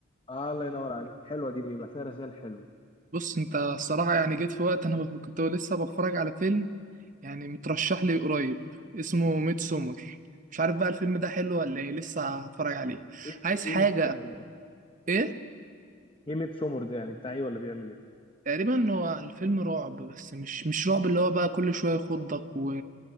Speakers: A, on the left; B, on the right.
A: اه الله ينور عليك حلوة دي بيبقى فيها رسائل حلوة
B: بص أنت الصراحة يعني جيت في وقت أنا بف- كنت لسه بتفرج على فيلم يعني مترشح لي قريب اسمه ميد سومر مش عارف بقى الفيلم ده حلو ولا إيه لسه هتفرج عليه
A: ايه
B: عايز حاجة
A: ايه ميدسومر ده
B: إيه؟
A: ايه ميدسومر ده يعني بتاع ايه ولا بيعمل ايه
B: تقريبا هو الفيلم رعب بس مش مش رعب اللي هو بقى كل شوية يخضك و...